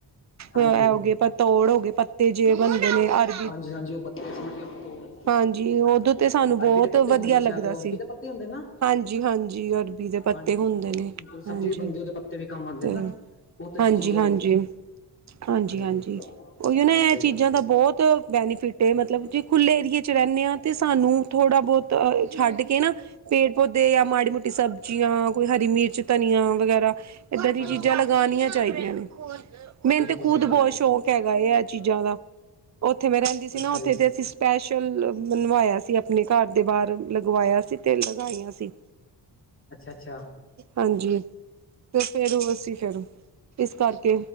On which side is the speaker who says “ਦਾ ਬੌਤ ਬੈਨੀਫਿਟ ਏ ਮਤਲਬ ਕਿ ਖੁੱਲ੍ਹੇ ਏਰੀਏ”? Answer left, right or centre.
Right